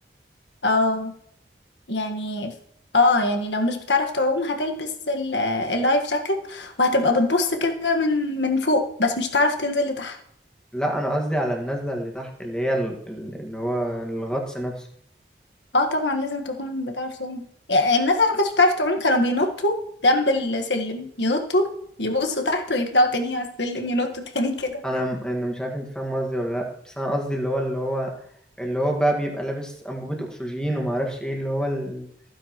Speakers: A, on the left; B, in the centre.
A: اه يعني اه يعني لو مش بتعرف تعوم هتلبس ال- اللايف جاكيت وهتبقى بتبص كده من من فوق بس مش هتعرف تنزل لتحت
B: لا انا قصدي على النزله اللي تحت اللي هي ال- ال- اللي هو الغطس نفسه
A: اه طبعا لازم تكون بتعرف تعوم يعني الناس اللي ما كانتش بتعرف تعوم كانوا بينطوا جنب السلم ينطوا يبصوا تحت ويطلعوا تاني على السلم ينطوا تاني كده
B: انا م- انا مش عارف انت فاهم قصدي ولا لا بس انا قصدي اللي هو اللي هو اللي هو بقى بيبقى لابس انبوبه اكسجين وما اعرفش ايه اللي هو ال...